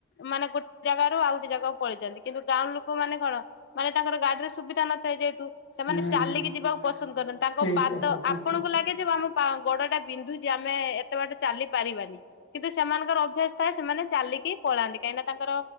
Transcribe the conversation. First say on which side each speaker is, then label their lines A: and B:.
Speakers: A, on the left (about 55°); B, on the left (about 75°).
A: ମାନେ ଜାଗାରୁ ଆଉ ଗୁଟେ ଜାଗାକୁ ପଳେଇ ଯାନ୍ତି। କିନ୍ତୁ ଗାଁ ଲୁକ ମାନେ କ ମାନେ ତାଙ୍କର ଗାଡ଼ି ରେ ସୁବିଧା ନଥାଏ ଯେହେତୁ ସେମାନେ
B: ହୁଁ
A: ଚାଲିକି ଯିବାକୁ ପସ କରନ୍ତି, ତାଙ୍କ
B: ଠିକ
A: ପାଦ
B: କଥା ଠିକ
A: ଆପଣଙ୍କୁ
B: କଥା।
A: ଲାଗେ ଯେ ଟା ବିନ୍ଧୁଚି ଆମେ ଏତେ ବା ଚାଲି ପାରିବାନି। କିନ୍ତୁ ସେମାନଙ୍କର ଅଭ୍ୟାସ ଥାଏ ସେମାନେ ଚାଲିକି ପଳାନ୍ତି କାହିଁକିନା ତାଙ୍କର